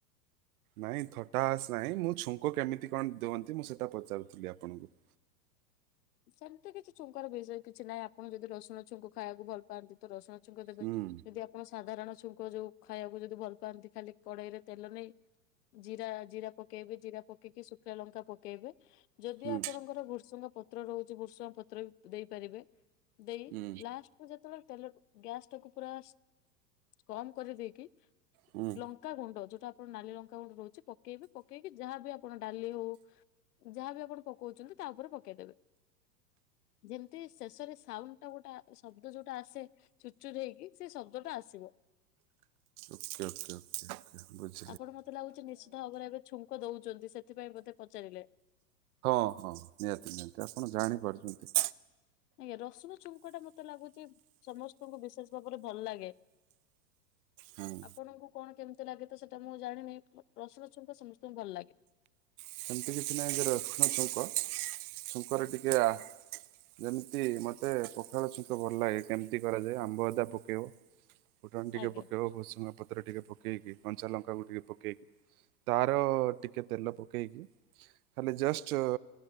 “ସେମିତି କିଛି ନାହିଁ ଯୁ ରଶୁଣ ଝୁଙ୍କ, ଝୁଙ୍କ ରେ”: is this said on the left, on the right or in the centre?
Right